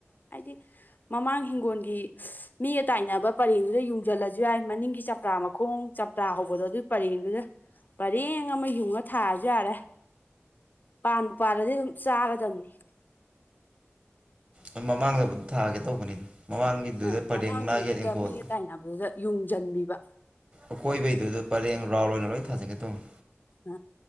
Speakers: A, on the left; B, on the right.
A: ꯍꯥꯏꯗꯤ ꯃꯃꯥꯡ ꯍꯤꯡꯒꯣꯜꯒꯤ ꯃꯤꯒ ꯇꯥꯏꯅꯕ ꯄꯔꯦꯡꯗꯨꯗ ꯌꯨꯡꯁꯤꯜꯂꯁꯨ ꯌꯥꯏ ꯃꯅꯤꯡꯒꯤ ꯆꯄ꯭ꯔꯥ ꯃꯈꯣꯡ ꯆꯄ꯭ꯔꯥ ꯍꯧꯕꯗꯣ ꯑꯗꯨꯒꯤ ꯄꯔꯦꯡꯗꯨꯗ ꯄꯔꯦꯡ ꯑꯃ ꯌꯨꯡꯉ ꯊꯥꯔꯁꯨ ꯌꯥꯔꯦ ꯄꯥꯟ ꯄꯥꯂꯗꯤ ꯑꯗꯨꯝ ꯆꯥꯒꯗꯝꯕꯅꯤ
B: ꯍꯣꯏ ꯃꯃꯥꯡꯗꯕꯨꯗꯤ ꯊꯥꯒꯦ ꯇꯧꯕꯅꯤꯅ ꯃꯃꯥꯡꯒꯤꯗꯨꯗ
A: ꯑ
B: ꯄꯔꯦꯡ
A: ꯃꯃꯥꯡꯒꯤꯗꯨꯗ
B: ꯅꯥꯒꯦ ꯏꯪꯈꯣꯜ
A: ꯃꯤꯒ ꯇꯥꯏꯅꯕꯗꯨꯗ ꯌꯨꯡꯖꯟꯕꯤꯕ
B: ꯑꯀꯣꯏꯕꯩꯗꯨꯗ ꯄꯔꯦꯡ ꯔꯥꯎꯜ ꯑꯣꯏꯅ ꯂꯣꯏꯅ ꯊꯥꯖꯤꯟꯒꯦ ꯇꯧꯅꯤ꯫
A: ꯑ